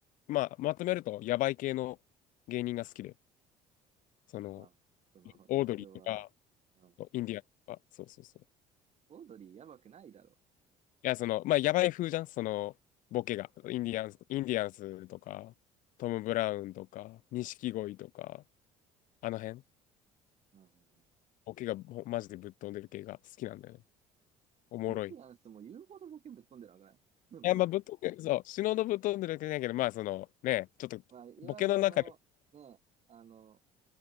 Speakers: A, on the left; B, on the right.
A: まあ、まとめると、やばい系の芸人が好きで、その、
B: まあ、その、
A: オードリーとか、
B: 道夫は、うん
A: インディアンとか、そうそうそう。
B: オードリーやばくないだろ
A: いや、その、まあ、やばい風じゃん、その、ボケが。インディアンス、インディアンスとか、トム・ブラウンとか、錦鯉とか、あの辺、
B: う。うん。
A: ボケがほマジでぶっ飛んでる系が好きなんだよね。おもろい。
B: インディアンスも言うほどボケぶっ飛んでるわけない。
A: い
B: <laughs> その
A: や、まあ、ぶっ飛んでる、そう、死ぬほどぶっ飛んでる系だけど、まあ、その、ね、ちょっと、
B: まあ、いわゆるその、
A: ボケの中で、
B: ね、あの、